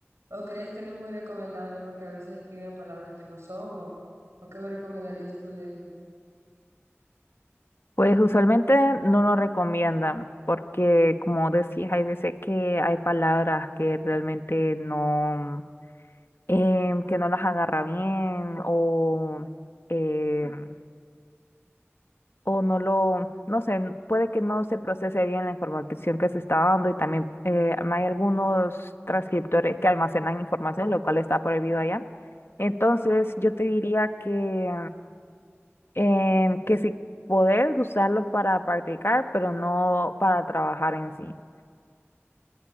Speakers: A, on the right; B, on the left.
A: ¿O crees que no es muy recomendable porque a veces escriben palabras que no son? ¿O, o qué me recomendarías tú de eso?
B: Pues usualmente no lo recomiendan porque, como decías, hay veces que hay palabras que realmente no em, que no las agarra bien o, em, o no lo, no sé, n- puede que no se procese bien la información que se está dando y también eh, hay algunos transcriptores que almacenan información, lo cual está prohibido allá. Entonces, yo te diría que, em, que si podés usarlos para practicar, pero no para trabajar en sí.